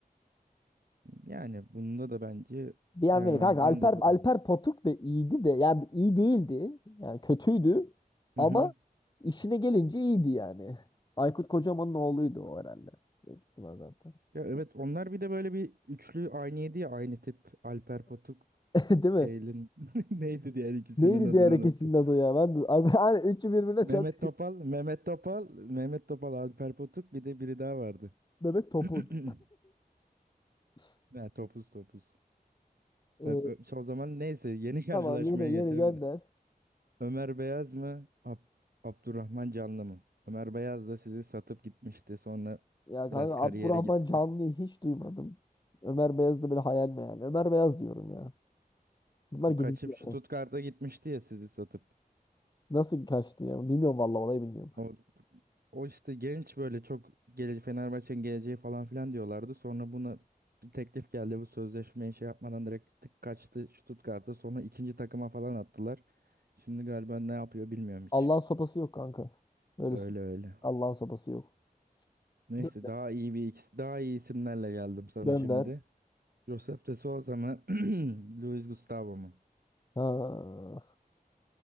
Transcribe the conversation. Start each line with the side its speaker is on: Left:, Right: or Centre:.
Right: Yani bunda da bence
Left: Bienveni
Right: Bienvenu
Left: kanka
Right: ben
Left: Alper
Right: de buradan.
Left: Alper Potuk da iyiydi de yani iyi değildi. Yani kötüydü ama
Right: Hı hı.
Left: işine gelince iyiydi yani. Aykut Kocaman'ın oğluydu o herhalde. Büyük ihtimal zaten.
Right: Ya evet onlar bir de böyle bir üçlü aynıydı ya aynı tip Alper Potuk
Left: <laughs> Değil mi?
Right: şeylin <laughs> neydi diğer ikisinin
Left: Neydi
Right: adını
Left: diğer ikisinin
Right: unuttum.
Left: adı ya? Ben de, abi, <laughs> hani üçü birbirine
Right: Mehmet
Left: çok
Right: Topal, Mehmet Topal, Mehmet Topal, Alper Potuk bir de biri daha vardı.
Left: Mehmet Topuz.
Right: <clears throat>
Left: <laughs>
Right: Ha, topuz topuz.
Left: Ee,
Right: Ha, ö- o zaman neyse yeni karşılaşmaya
Left: tamam yeni yeni
Right: geçelim
Left: gönder.
Right: de. Ömer Beyaz mı? Ab- Abdurrahman Canlı mı? Ömer Beyaz da sizi satıp gitmişti. Sonra
Left: Ya
Right: biraz
Left: kanka
Right: kariyere
Left: Abdurrahman
Right: gitti.
Left: Canlı'yı hiç duymadım. Ömer Beyaz da böyle hayal mi yani? Ömer Beyaz diyorum ya. Bunlar
Right: Bu
Left: gidici.
Right: kaçıp şu
Left: ya.
Right: Stuttgart'a gitmişti ya sizi satıp.
Left: Nasıl kaçtı ya? Bilmiyorum vallahi olayı bilmiyorum.
Right: O O işte genç böyle çok geleceği Fenerbahçe'nin geleceği falan filan diyorlardı. Sonra buna bir teklif geldi bu sözleşmeyi şey yapmadan direkt tık kaçtı Stuttgart'a. Sonra ikinci takıma falan attılar. Şimdi galiba ne yapıyor bilmiyorum hiç.
Left: Allah'ın sopası yok kanka. Öyle
Right: Öyle
Left: söyleyeyim.
Right: öyle.
Left: Allah'ın sopası yok.
Right: Neyse
Left: Gö-
Right: daha iyi bir ikisi daha iyi isimlerle geldim sana
Left: Gönder.
Right: şimdi. Josef de Souza mı? <clears throat> Luis Gustavo mu?
Left: Ha,